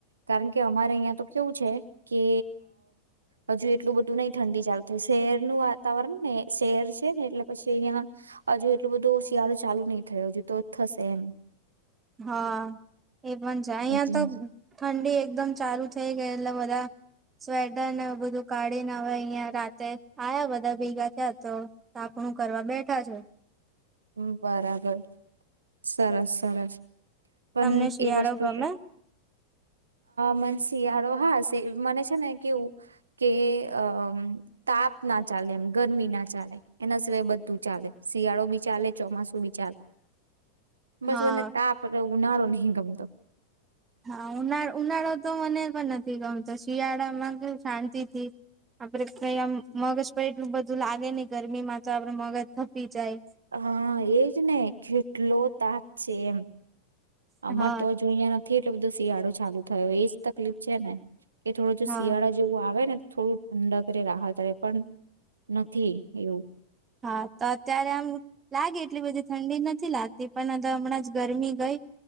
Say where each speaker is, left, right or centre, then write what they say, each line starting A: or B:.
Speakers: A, on the right; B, on the right.
A: કારણ કે અમારે અહિયાં તો કેવું છે... કે અ હજુ એટલું બધું... ઘુ નહી ઠંડી ચાલુ થ શહેરનું વાતાવરણ ને શહેર છે ને એટલે પછી અહીંયા હજુ એટલું બધું શિયાળું ચાલુ નહી થયું હજુ તો થશે એમ.
B: હા. એ પણ જાય અહિયાં
A: એટલે.
B: તો ઠંડી એકદમ ચાલુ થઈ ગય એટલે બધા સ્વેટર ને બધું કાઢીને હવે અહિયાં રાતે આવ્યા બધા ભેગા થયા તો તાપણું કરવા બેઠા છે.
A: હમ્ બરાબર સરસ સરસ. પણ
B: તમને શિયાળો
A: એ વસ્તુ
B: ગમે?
A: કે મ.. <unintelligible> શિયાળો હા મને છે ને કેવું કે અ તાપ ના ચાલે એમ ગરમી ના ચાલે એના સિવાય બધું ચાલે શિયાળો બી. ચાલે ચોમાસું વિ ચાલે.. બસ
B: હા.
A: મને તાપ.. <unintelligible> ઉનાળો નહી ગમતો.
B: હા ઉનાળ ઉનાળો તો મને પણ નથી ગમતો શિયાળામાં કેવુશાંતિ થી આપડે કઇ આમ મગજ પણ એટલું બધું લાગે નહી ગરમી માં તો આપડે મગજ ભપી જાય.
A: હા એજ ને કેટલો તાક છે એમ.
B: હા
A: અમાર તો હજુ અઈયા નથી એટલે બધો શિયાળો.. ચાલું.. થયો એજ તકલીફ છે ને કે થોડો જો
B: હા
A: શિયાળા જેવું આવે ને. થોડું ઠંડક રે રાહત રે પણ નથી એવું..
B: હા તો અત્યારે આમ લાગી એટલી બધી ઠંડી નથી લાગતી પણ હમણાં જ ગરમી ગઈ